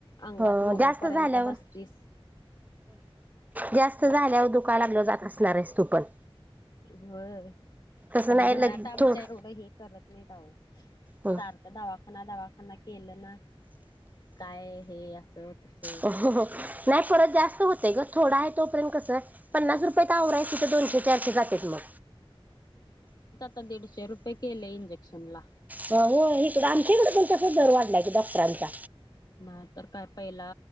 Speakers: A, on the left (about 45°); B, on the right (about 15°).
A: अंगात
B: हो
A: मुरूपर्यंत
B: जास्त झाल्यावर
A: बसतीस.
B: <inaudible> जास्त झाल्यावर दु लाग जात असणार आहेस. तू पण
A: होय. <inaudible>
B: तसं
A: आणि
B: नाही
A: घरात
B: लगे
A: आमच्या
B: थोड
A: एवढं हे करत नाहीत आहो
B: ह
A: सारखा दवाखना दवा के केलं ना काय हे असं तस
B: ह नाही परत जास्त होतय ग थोडा आहे तोपर्यंत कसं आहे पन्नास रुपये त आवर आहे तिथं दोनशे चारशे जातात मग.
A: म दडशे रुपय क केेले इंजेक्न ला.
B: हो हो इकड आमच्याकडे पण तसा दर वाढलाय की डॉक्टरांचा
A: नाही तर काय पहिला